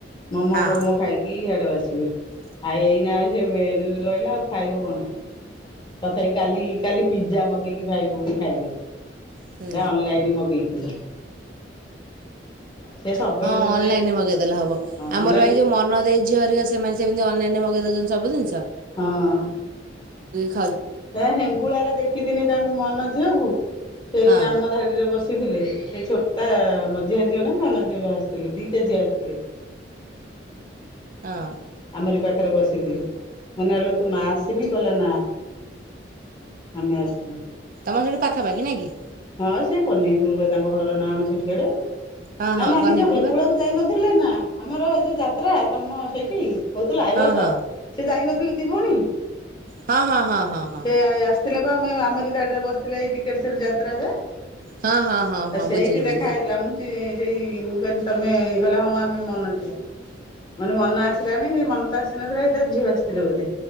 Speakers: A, on the left; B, on the right.
A: ମୋମୋ
B: ହଁ
A: ଫୋମୋ ଖାଇକି ହିଆଡ ବାସ ଆଉ ଏଇନା ସେ ରହିଲା ଆଉ ଖାଇବ କଣ? ତଥାପି କାଲି କାଲି ପିଜା ମଗେଇକି ଭାଇ ଭଉଣୀ ଖାଇଲେ।
B: ହୁଁ
A: ନା ଅନଲାଇନି ମଗେଇଥିଲେ। ସେ ହଁ ସବୁବେଳେ
B: ହଁ
A: ନହେଲେ
B: ଅନଲାଇନ ରେ ମଗେଇଦେଲେ ହବ ଆମର
A: ଅନଲାଇନ
B: ଭାଇ ଯୋଉ ମନ ଦେଇ ଝିଅ ହରିକା ସେମାନେ ସେମିତି ଅନଲାଇନ ରେ ମଗେଇ ଦଉଛନ୍ତି ସବୁ ଜିନିଷ
A: ହଁ
B: <unintelligible>
A: ହେ ହେଙ୍ଗୁଳାରେ ଦେଖିଦିନି ତାଙ୍କୁ ମନ ଝିଅକୁ ସେଇ
B: ହଁ
A: ଆମ ଧାଡିରେ ବସି ଆସି ଥିଲେ ସେ ଛୋଟା ମଝିଆ ଝିଅ ନା ସାନ ଝିଅ ଆସିଥିଲେ ଦିଟା ଝିଅ ଆସିଥିଲେ।
B: ହଁ।
A: ଆମରି ପାଖରେ ବସିଥିଲେ ମାନେ ହେଲ ତ ମା ଆସନି କହିଲ ନା। ଆମେ ଆସିଚୁ।
B: ତମ ସେଇଠୁ ପାଖାପାଖି ନା କି?
A: ହଁ ସେଇ କନେଇପୁରୁ ବା ତାଙ୍କ ଘର ନାଁଣ ସେଠି ହିଆଡେ
B: ହଁ
A: ନା
B: ହଁ
A: ନା
B: କହ୍ନେଇପୁର
A: ଆମେ ଯୋଉ ହେଙ୍ଗୁଳାକୁ
B: ବା
A: ଯାଇନଥିଲେ ନା ଆମର ଏ ଯୋଉ ଯାତ୍ରା ତମ ସେଇଠି ହଉଥିଲା ଏ
B: ହଁ
A: ବର୍ଷ
B: ହଁ
A: ସେ ଯାଇନଥିଲେ ଦି ଭଉଣୀ
B: ହଁ ହଁ ହଁ ହଁ
A: ସେ ଥିଲେ ବା ଆମଧାଡିରେ ବସିଥିଲେ ଏଇ ଟିକେଟ ଶ୍ରୀ ଯାତ୍ରା ରେ
B: ହଁ ହଁ ହଁ ହଁ ହଁ
A: ସେଇଠି
B: ବୁଝିଲି ବୁଝିଲି।
A: ଦେଖା ହେଇଥିଲା ମୁଁ ଚି ସେଇ ମୁଁ କହିଲି ତମେ କହିଲା ହ‍ଁ ଆମେ ମନ ଝିଅ । ମାନେ ମନ ଆସିଲାନି ମନ ତ ଆସିନଥିଲା ଝିଅ ଆସିଥିଲେ ବୋଧେ?